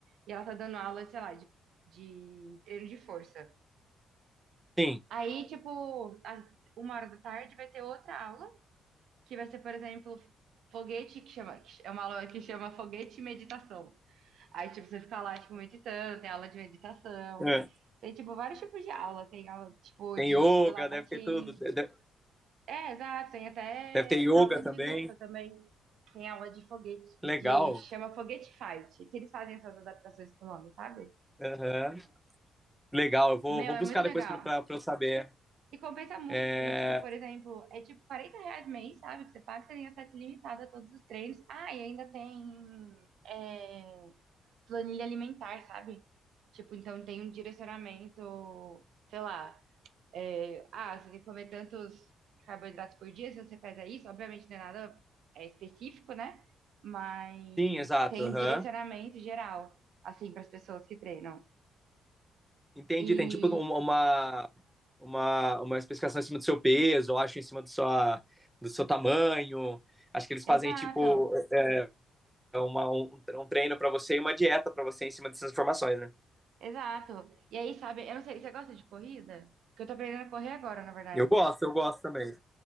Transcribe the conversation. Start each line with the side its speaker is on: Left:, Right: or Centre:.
Right: E ela tá dando aula, sei lá, de, de treino de força.
Centre: Sim.
Right: Aí, tipo, às uma hora da tarde vai ter outra aula, que vai ser, por exemplo, foguete, que chama, que é uma aula que chama foguete e meditação. Aí, tipo, você fica lá, tipo, meditando, tem aula de meditação,
Centre: É.
Right: tem, tipo, vários tipos de aula. Tem aula, tipo,
Centre: Tem
Right: de
Centre: yoga,
Right: do lapatim.
Centre: deve ter tudo. Deve,
Right: É, exato, tem até
Centre: deve ter yoga
Right: aula
Centre: também.
Right: de luta também. Tem aula de foguete,
Centre: Legal.
Right: de chama Foguete Fight, que eles fazem essas adaptações com o nome, sabe?
Centre: Aham. Legal, eu vou,
Right: Meu,
Centre: vou
Right: é
Centre: buscar
Right: muito
Centre: depois
Right: legal.
Centre: para eu saber.
Right: E compensa muito,
Centre: É,
Right: porque, tipo, por exemplo, é tipo 40 reais mês, sabe? Que você paga, você tem acesso ilimitado a todos os treinos. Ah, e ainda tem é, planilha alimentar, sabe? Tipo, então tem um direcionamento, sei lá, é, ah, você tem que comer tantos carboidratos por dia, se você fizer isso, obviamente não é nada é, específico, né? Mas
Centre: Sim, exato.
Right: tem
Centre: aham.
Right: um direcionamento geral, assim, para as pessoas que treinam.
Centre: Entendi.
Right: E,
Centre: Tem tipo um- uma, uma, uma especificação em cima do seu peso, eu acho, em cima do, sua, do seu tamanho. Acho que eles
Right: exato,
Centre: fazem tipo é é uma, um, um treino para você e uma dieta para você em cima dessas informações, né?
Right: exato. E aí, sabe, eu não sei, você gosta de corrida? Porque eu tô aprendendo a correr agora, na verdade.
Centre: Eu gosto, eu gosto também.